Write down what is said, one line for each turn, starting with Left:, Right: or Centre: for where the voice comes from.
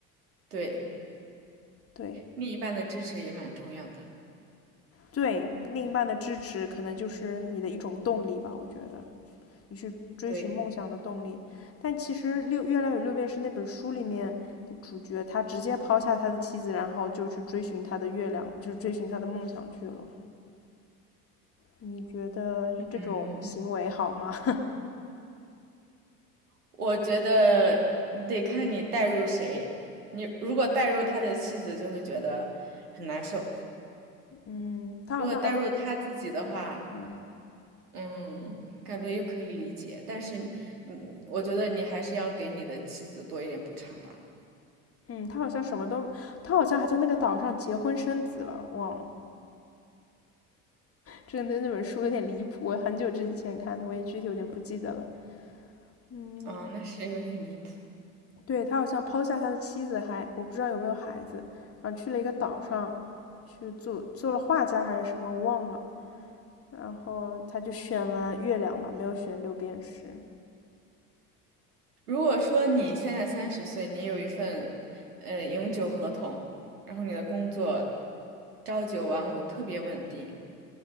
Right: 对，
Left: <laughs> 对
Right: 另一半的支持也蛮重要的。
Left: 对，另一半的支持可能就是你的一种动力吧，我觉得你去追寻梦想的动力。
Right: 对，
Left: 但其实六《月亮与六便士》那本书里面的主角，他直接抛下他的妻子，然后就去追寻他的月亮，就是追寻他的梦想去了。你觉得这种行为好吗？
Right: 嗯。
Left: <laughs>
Right: 我觉得你得看你带入谁。你如果带入他的妻子，就会觉得很难受；
Left: 嗯，他好像还有，
Right: 如果带入他自己的话，
Left: 嗯
Right: 嗯，感觉又可以理解。但是你，嗯，我觉得你还是要给你的妻子多一点补偿吧。
Left: 嗯，他好像什么都，他好像还在那个岛上结婚生子了，忘了。这个那那本书有点离谱，我很久之前看的，我也具体有点不记得了。嗯，
Right: 啊，那是有点离谱。
Left: 对，他好像抛下他的妻子还，我不知道有没有孩子，然后去了一个岛上去做做了画家还是什么，我忘了。然后他就选了月亮嘛，没有选六便士。
Right: 如果说你现在三十岁，你有一份呃永久合同，然后你的工作朝九晚五，特别稳定。